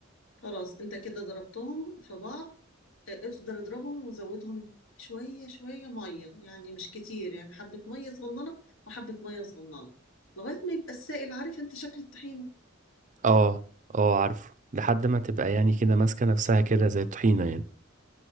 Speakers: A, on the left (about 75°); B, on the right (about 40°).
A: خلاص انت كده ضربتهم في بعض اه، افضل اضربهم وزودهم شوية شوية مية يعني مش كتير يعني حبة مية صغننة وحبة مية صغننة لغاية ما يبقى السائل عارف انت شكل الطحينة
B: اه اه عارفه لحد ما تبقى يعني كده ماسكه نفسها كده زي الطحينه يعني